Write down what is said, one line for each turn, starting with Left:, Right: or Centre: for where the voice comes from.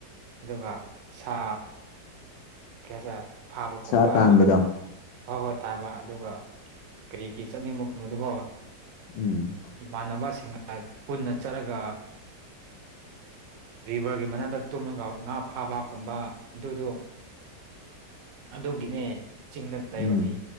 Right: ꯑꯗꯨꯒ ꯁꯥ ꯀꯩꯁꯦ ꯐꯥꯕꯒꯨꯝꯕ
Left: ꯁꯥ ꯇꯥꯟꯕꯗꯣ
Right: ꯍꯣꯏ ꯍꯣꯏ ꯇꯥꯕ ꯑꯗꯨꯒ ꯀꯔꯤꯒꯤ ꯆꯠꯅꯤꯡꯕ ꯈꯨꯝ ꯑꯗꯨꯒ
Left: ꯎꯝ
Right: ꯏꯃꯥꯟꯅꯕꯁꯤꯡꯒ ꯄꯨꯟꯅ ꯆꯠꯂꯒ ꯚꯔꯒꯤ ꯃꯅꯥꯛꯇ ꯇꯨꯝꯂꯒ ꯉꯥ ꯐꯥꯕꯀꯨꯝꯕ ꯑꯗꯨꯗꯨ ꯑꯗꯨꯒꯤꯅꯦ ꯆꯤꯡꯗ ꯂꯩꯕꯒꯤ
Left: ꯎꯝ